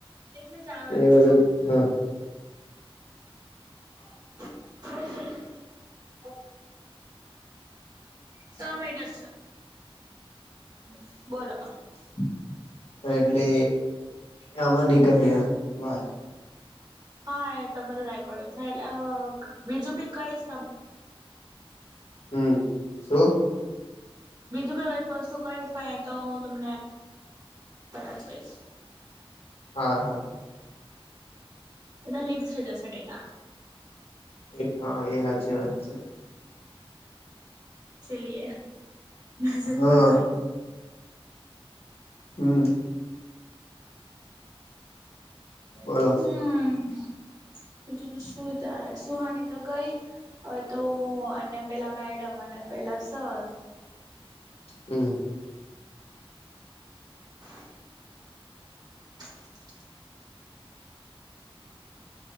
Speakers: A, on the right; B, on the left.
A: એક મં ચાવ રાખજો
B: એ બધું
A: ને
B: હા
A: હ સ મહિના છ
B: બ
A: બોલો
B: એટલે આમાં નહી કર્યું એ વા
A: હા એ તો બધું રેકોર્ડિંગ થાય એટલે, બીજું બી કઈશ ત
B: હમ શું
A: બીજું બી કઈક વસ્તુ કઈ હોાય તો હું તમને જ કહીશ
B: હા, હા.
A: એધા લીક થઈ જશે ડેટા
B: એ હા, એ હજ વાત છે.
A: લિ હસ્જિદ
B: હા
A: પર ગ
B: હમ, બોલો.
A: હમ બધીધી શું તારે સુહાની તો ગઈ. હવે તો અને પેલા મેડમ અને પેલા સર
B: હમ
A: <inaudible>